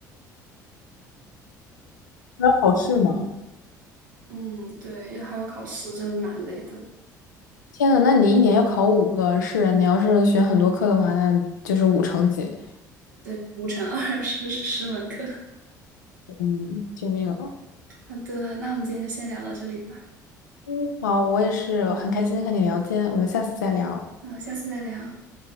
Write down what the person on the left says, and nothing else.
那考试吗？
天呐，那你一年要考五个试，你要是选很多课的话，那就是五成几。
嗯，救命啊！
嗯，好，我也是很开心和你聊天，我们下次再聊。